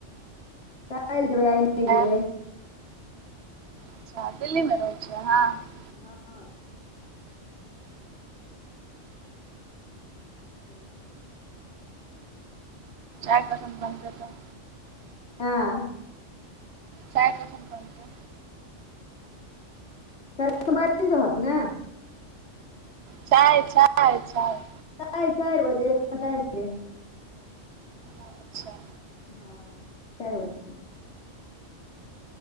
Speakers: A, on the left (about 65°); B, on the right (about 65°).
A: काएल जेबै आइ नै
B: आय
A: जेबै।
B: अच्छा दिल्लीमे रहै छियै अहाँरंययतंतं
A: हँ। ह <inaudible>
B: आउ तखैन कम से कम।
A: हँ।
B: चाय कखन बनतै।
A: काल्हि समय ठिक रहत ने।
B: चाय चाय चाय।
A: चाय चारि बजे, साढे चारि बजे।
B: अच्छा।
A: हँ, ल लेबै हम।